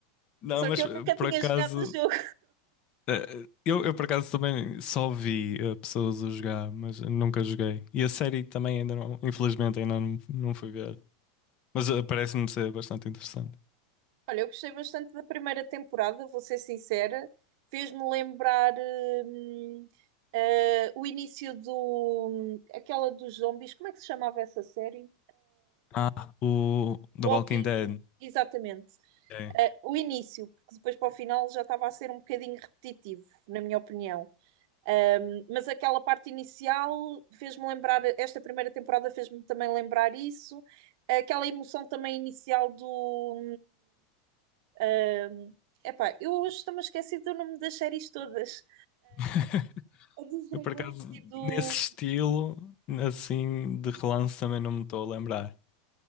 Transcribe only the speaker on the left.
Não,
mas
eh,
por
acaso,
eh, eu, eu por acaso também só vi eh, pessoas a jogar, mas eu nunca joguei. E a série também ainda não, infelizmente ainda não, não fui ver. Mas eh, parece-me ser bastante interessante.
Ah, o The
Walking Dead.
É.
<laughs>
Eu, por acaso,
nesse estilo, assim, de relance também não me estou a lembrar.